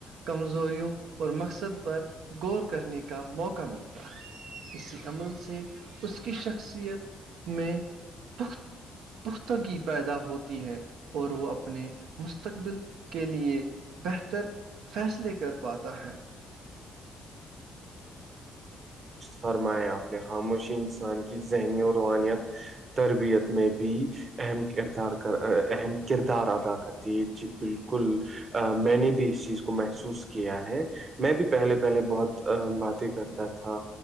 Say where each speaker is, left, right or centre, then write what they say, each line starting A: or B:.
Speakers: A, on the right (about 80°); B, on the right (about 40°).
A: کمزوریوں اور مقصد پر غور کرنے کا موقع ملتا ہے اسی عمل سے اس کی شخصیت میں پخت پختگی پیدا ہوتی ہے اور وہ اپنے مستقبل کے لیے بہتر فیصلے کر پاتا ہے
B: فرمایا آپ نے خاموشی انسان کی ذہنی اور روانیت تربیت میں بھی اہم کردار کر اہم کردار ادا کرتی ہے جی بالکل ا میں نے بھی اس چیز کو محسوس کیا ہے میں بھی پہلے پہلے بہت باتیں کرتا تھا